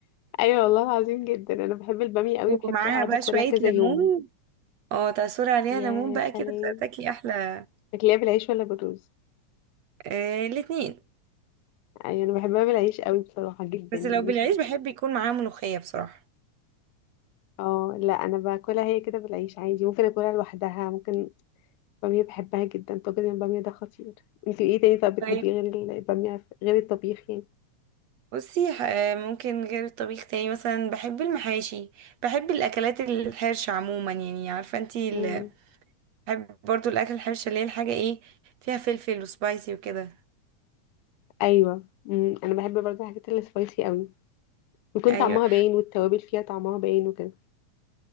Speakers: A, on the left (about 80°); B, on the right (about 60°).
A: ايوه والله العظيم جدا انا بحب الباميه قوي
B: ومعاها
A: بحب اقعد
B: بقى
A: اكلها
B: شويه
A: كذا
B: ليمون
A: يوم
B: اه تعصري عليها
A: يا
B: ليمون بقى
A: سلام
B: كده فتاكلي احلى
A: بتاكليها بالعيش ولا بالرز
B: آه الاتنين
A: ايوه انا بحبها بالعيش قوي بصراحه جدا
B: بس
A: يعني
B: لو بالعيش
A: شب-
B: بحب يكون معاها ملوخيه بصراحه
A: اه لا انا باكلها هي كده بالعيش عادي ممكن اكلها لوحدها ممكن الباميه بحبها جدا طاجن الباميه ده خطير انت ايه تاني طب بتحبيه
B: طيب
A: غير الباميه غير الطبيخ يعني
B: بصي ح- آه، ممكن غير الطبيخ تاني مثلا بحب المحاشي بحب الاكلات الحرشه عموما يعني عارفه انتي ال-
A: امم
B: بحب برضو الاكل الحرشه اللي هي الحاجه ايه فيها فلفل وسبايسي وكده
A: ايوه امم انا بحب برضه الحاجات اللي سبايسي قوي ويكون
B: ايوه
A: طعمها باين والتوابل فيها طعمها باين وكده